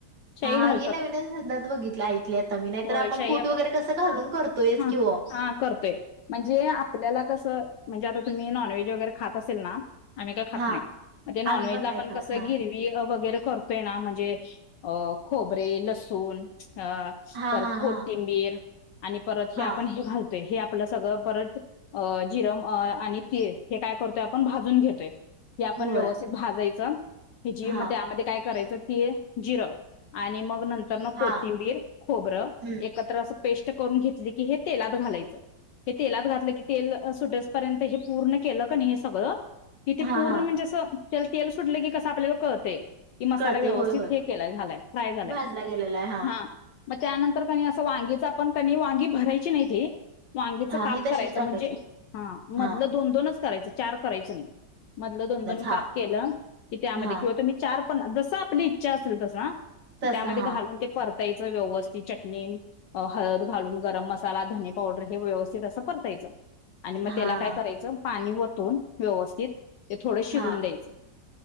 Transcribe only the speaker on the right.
हा
हे नवीनच <unintelligible> बघितले ऐकले आता मी नाही तर
आपण
कूट वगैरे कसं घालून करतोयच
वो.
हा
आम्ही पण नाही
खात
हा
हां,
हां,
हां,
हां.
होय.
हां,
हां.
हं.
हां,
हां.
कळतंय.
होय, होय.
भाजला गेलेला आहे. हां,
हां.
ही तशीच
टाकायची.
हां.
हां,
हां.
तसं
हां,
हां,
हां.